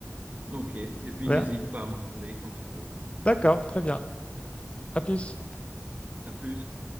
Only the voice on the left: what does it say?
Ouais.
D'accord, très bien. À plus.